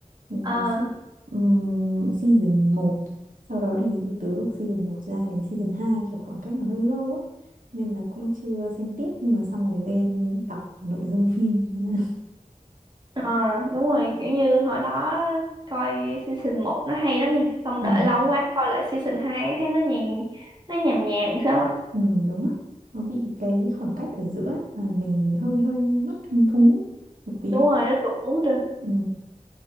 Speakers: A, on the right (about 80°); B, on the right (about 30°).
A: mình
B: Ờ,
A: có xem ừm, season một sau đó thì từ lúc season một ra đến season 2 kiểu khoảng cách nó hơi lâu á nên là cũng chưa xem tiếp nhưng mà xong rồi lên đọc nội dung phim thế là <laughs>
B: ờ, đúng rồi kiểu như hồi đó coi season một nó hay lắm nha xong
A: ừ,
B: đợi lâu quá coi lại season 2 thấy nó nhàn nó nhàm nhàm sao á
A: ừ, đúng á nó bị cái khoảng cách ở giữa ấy, là mình hơi hơi mất hứng thú một tí
B: đúng rồi nó tụt mút rồi
A: ừ